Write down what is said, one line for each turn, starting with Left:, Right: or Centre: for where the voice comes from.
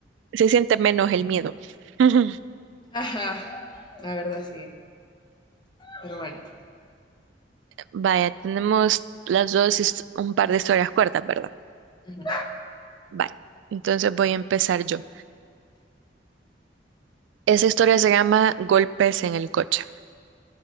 Right: Se siente menos el miedo. <laughs>
Left: Ajá, la verdad sí. Pero bueno.
Right: Vaya, tenemos las dos his- un par de historias cortas, ¿verdad?
Left: Ujú.
Right: Vaya, entonces voy a empezar yo. Esa historia se llama Golpes en el coche